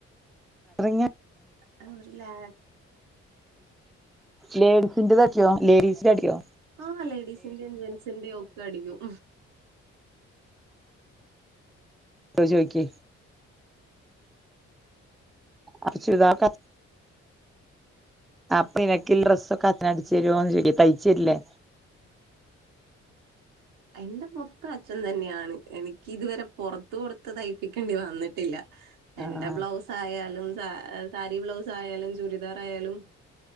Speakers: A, in the centre; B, on the right.
A: <unintelligible>
B: എന്നിട്ട് ലെ
A: ലേഡീസിറത് അടിയോ ലേഡീസിന്റെ അടിയോ
B: ആ ഹ ലേഡീസിന്റെയും ജെന്സിന്റെയും ഒക്കെ അടിക്കും
A: കിട്ടോ ചോയിക്കി ആഹ് ചുരിദാറൊക്കെ അടി അപ്പൊ നിനക്ക്ല്ലെ ഡ്രസ്സൊക്കെ അച്ചന് അടിച്ച് തരോന്ന് ചോയ്ക്ക തയ്ച്ചരില്ലേ?
B: എന്റെ മൊത്തം അച്ഛൻ തന്നെയാണ് എനിക്ക് ഇതുവരെ പൊറത്ത് കൊടുത്ത് തയ്പ്പിക്കേണ്ടി വന്നിട്ടില്ല
A: ആഹ്
B: എന്റെ ബ്ലൗസായാലും സ സാരി ബ്ലൗസ് ആയാലും ചൂരിദാർ ആയാലും